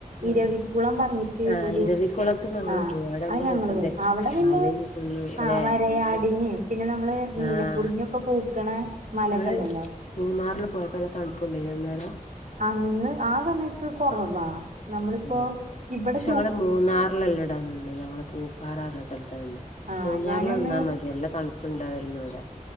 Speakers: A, on the left; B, on the right.
A: ആഹ്
B: ഇരവിക്കുളം വന്നി രി
A: ആഹ്
B: ഒരു
A: ഇരവിക്കുളത്ത് ഞങ്ങള്
B: ആ
A: പോയി അവിടെ നല്ല
B: അയ് ഞങ്ങള്
A: രസണ്ട്
B: പോയി അവിടെ പിന്നെ
A: മലയും കുന്നും
B: ആ
A: അല്ലെ
B: വരയാടിനേം
A: എല്ലാം
B: പിന്നെ നമ്മള് നീലക്കുറിഞ്ഞി
A: ആഹ്
B: ഒക്കെ പൂക്കണ മല
A: ഇങ്ങള്
B: ഒക്കെ ണ്ടല്ലോ
A: മൂന്നാറില് പോയപ്പ നല്ല തണുപ്പുണ്ടെനിയോ അന്നേരം
B: അന്ന് ആ സമയത്ത് കൊറവാ നമ്മളിപ്പോ
A: തന്നെ
B: ഇവടെ
A: പക്ഷെ ഞങ്ങള് മൂന്നാറ്ലല്ലടാ നിന്നത് ഞങ്ങള് പൂപ്പാറ ന്ന സ്ഥല തണ്ട്
B: ആഹ്
A: മൂന്നാറില്
B: ഞാനന്ന്
A: നിന്നാ മതി നല്ല തണുപ്പുണ്ടായിരുന്നു അവ്ടെ